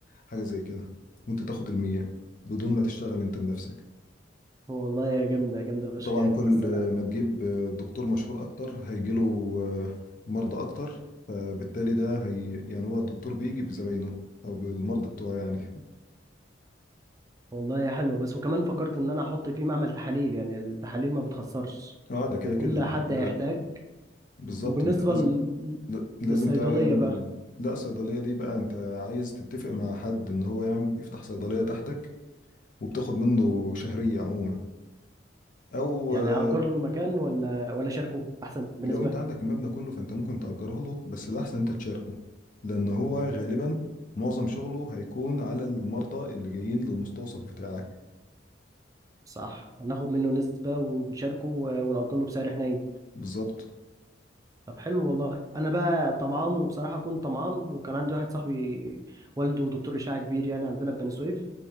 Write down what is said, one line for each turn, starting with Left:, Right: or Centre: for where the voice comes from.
Left: حاجة زي كده وانت تاخد ال 100 بدون ما تشتغل انت بنفسك
Right: هو والله يا جامدة جامدة فشخ
Left: طبعا
Right: يعني
Left: كل
Right: بس انا
Left: ما تجيب دكتور مشهور اكتر هيجيله مرضى اكتر فبالتالي ده هي يعني هو الدكتور بيجي بزباينه او بالمرضى بتوعه يعني
Right: والله يا حلوة بس وكمان فكرت ان انا احط فيه معمل تحاليل يعني التحاليل ما بتخسرش
Left: اه ده كده
Right: وكل
Left: كده
Right: حد
Left: انت
Right: هيحتاج
Left: بالظبط
Right: وبالنسبة
Left: انت لازم
Right: لل-
Left: ل- لازم
Right: للصيدلية
Left: تعمل
Right: بقى
Left: ال- لا الصيدليه دي بقى انت عايز تتفق مع حد ان هو يعمل يفتح صيدليه تحتك وبتاخد منه شهريه عموما او
Right: يعني
Left: آه،
Right: هأجر له المكان ولا ولا أشاركه أحسن بنسبة
Left: لو انت عندك المبنى كله فانت ممكن تأجره له بس الأحسن انت تشاركه لأن هو غالبا معظم شغله هيكون على المرضى اللي جايين للمستوصف بتاعك
Right: صح ناخد منه نسبة ونشاركه و- ونأجر له بسعر حنين
Left: بالظبط
Right: طب حلو والله أنا بقى طمعان وبصراحة كنت طمعان وكان عندي واحد صاحبي والده دكتور أشعة كبير يعني عندنا في بني سويف